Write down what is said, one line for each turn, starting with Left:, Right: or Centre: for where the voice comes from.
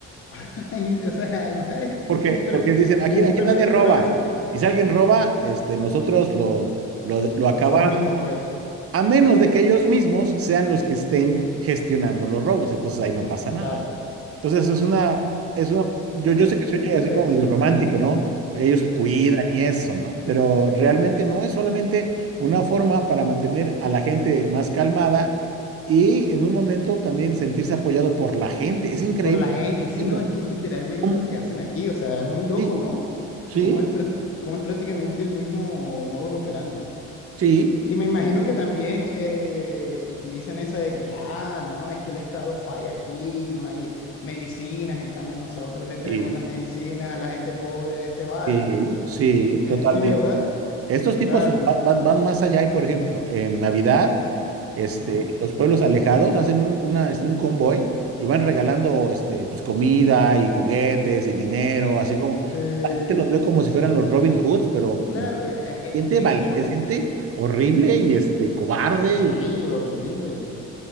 Left: <laughs> Ay, o sea, <laughs> además existe
Right: Porque,
Left: un per-
Right: porque dicen, aquí,
Left: como
Right: aquí
Left: un permiso
Right: nadie roba.
Left: para eso.
Right: Y si alguien roba, este, nosotros lo, lo, lo acabamos,
Left: Nosotros mismos, pues,
Right: a menos de que ellos mismos sean los que estén gestionando los robos. Entonces ahí no pasa nada.
Left: claro.
Right: Entonces eso es una, es una, yo,
Left: No,
Right: yo sé
Left: qué
Right: que
Left: locura
Right: soy así como
Left: eso,
Right: medio romántico,
Left: ¿eh?
Right: ¿no? Ellos cuidan
Left: Sí.
Right: y eso, ¿no? Pero realmente no es solamente una forma para mantener a la gente más calmada y en un momento también sentirse apoyado por la gente. Es increíble.
Left: Por la gente, sí,
Right: Entiendo.
Left: no, es que es literalmente
Right: ¿Cómo?
Left: lo que hacen aquí, o sea, es muy loco,
Right: Sí,
Left: ¿no?
Right: sí,
Left: Cómo es, prácti- cómo es prácticamente el mismo modus operandi.
Right: sí,
Left: Y me imagino que también eh, utilizan esa de que, ah, no, es que el Estado falla aquí, no hay medicinas, en cambio nosotros le traemos
Right: sí,
Left: las medicinas a la gente pobre de este barrio.
Right: sí, sí,
Left: Eh,
Right: totalmente.
Left: sí, ¿verdad?
Right: Estos tipos
Left: Claro.
Right: sus- va- van, van más allá y, por ejemplo, en Navidad. este,
Left: ujú.
Right: en los pueblos alejados, hacen un, una, este, un convoy y van regalando este, pues, comida y juguetes y dinero, así como
Left: Sí,
Right: la gente los ve como si fueran los Robin Hoods, pero
Left: claro,
Right: no,
Left: eh, eh,
Right: gente
Left: de
Right: valiente,
Left: hecho,
Right: gente horrible y este, cobarde.
Left: sí,
Right: Y,
Left: horrible.